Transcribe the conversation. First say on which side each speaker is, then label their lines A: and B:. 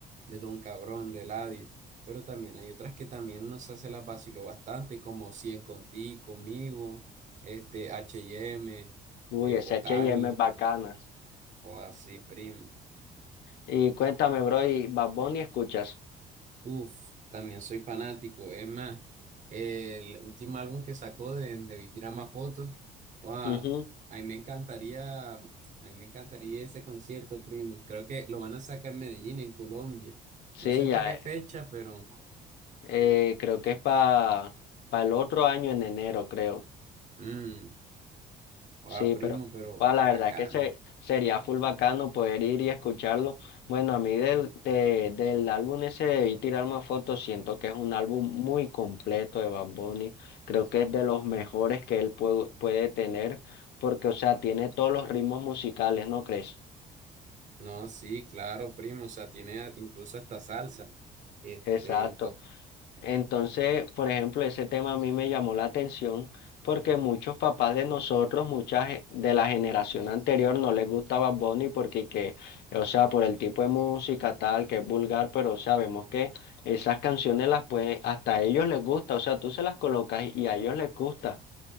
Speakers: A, on the right; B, on the left.
A: de Don Cabrón, de Eladio. Pero también hay otras que también nos hace las vaciló bastante, como Cien Contigo, Conmigo, este, H&M,
B: Uy,
A: eh,
B: ese
A: Otani,
B: H y M es bacana.
A: o así, primo.
B: Y cuéntame, bro, ¿y Bad Bunny escuchas?
A: Uf, también soy fanático. Es más, el último álbum que sacó de, de Vi Tira Más Fotos, wow,
B: Ujú,
A: a mí me encantaría, a mí me encantaría ese concierto, primo. Creo que lo van a sacar en Medellín, en Colombia.
B: Sí,
A: No sé
B: ya.
A: para qué fecha, pero,
B: Eh, creo que es para el otro año en enero, creo.
A: mmm, guau,
B: Sí, pero
A: primo, pero
B: bueno, la
A: bacano.
B: verdad que se, sería full bacano poder ir y escucharlo. Bueno, a mí del, de- del álbum ese y tirar más fotos, siento que es un álbum muy completo de Bad Bunny. Creo que es de los mejores que él puede, puede tener, porque, o sea, tiene todos los ritmos musicales, ¿no crees?
A: No, sí, claro, primo, o sea, tiene incluso hasta salsa. Este,
B: Exacto. Entonces, por ejemplo, ese tema a mí me llamó la atención porque muchos papás de nosotros, muchas ge- de la generación anterior no les gustaba Bad Bunny porque que, o sea, por el tipo de música tal, que es vulgar, pero sabemos que esas canciones las pueden, hasta a ellos les gusta, o sea, tú se las colocas y a ellos les gusta.